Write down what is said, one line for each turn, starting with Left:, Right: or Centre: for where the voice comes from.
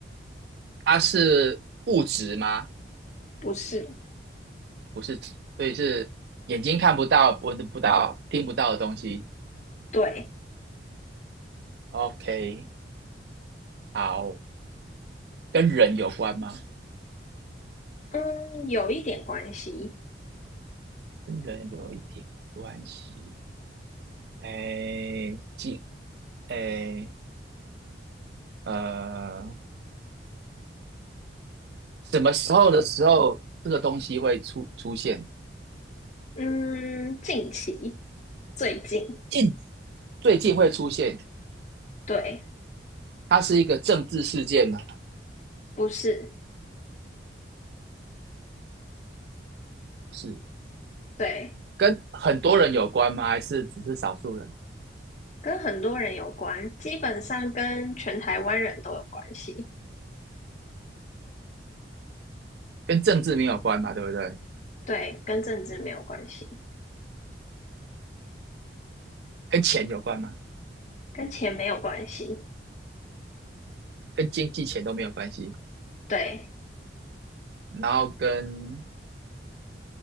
Right: 它是物质吗？
Left: 不是，
Right: 不是，所以是眼睛看不到、闻得不到、听不到的东西。
Left: 对，
Right: OK，好，跟人有关吗？
Left: 嗯，有一点关系，
Right: 跟人有一点关系。哎，几哎呃，什么时候的时候这个东西会出出现？
Left: 嗯，近期，最近，
Right: 近最近会出现？
Left: 对，
Right: 它是一个政治事件吗？
Left: 不是，
Right: 不是，
Left: 对，
Right: 跟很多人有关吗？还是只是少数人？
Left: 跟很多人有关，基本上跟全台湾人都有关系，
Right: 跟政治没有关嘛，对不对？
Left: 对，跟政治没有关系，
Right: 跟钱有关吗？
Left: 跟钱没有关系，
Right: 跟经济钱都没有关系，
Left: 对，
Right: 然后跟